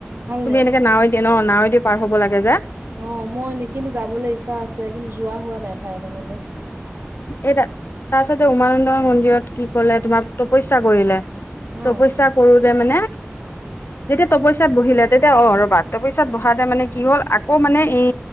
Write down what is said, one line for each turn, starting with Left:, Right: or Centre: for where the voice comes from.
Right: ভালনে?
Left: তুমি এনেকে নাৱে দিয়ে ন নাৱেদি পাৰ হ'ব লাগে যে।
Right: অ মই কিন্তু যাবলৈ ইচ্ছা আছে কিন্তু যোৱা হোৱা নাই ঠাই কনলৈ।
Left: এ তাৰপিছতে উমানন্দ মন্দিৰত কি কলে তোমাৰ তপস্যা কৰিলে।
Right: অ',
Left: তপস্যা কৰোতে মানে যেতিয়া তপচ্যাত বহিলে তেতিয়া অ ৰ'বা তপস্যাত বহাতে মানে কি হ'ল আকৌ মানে এই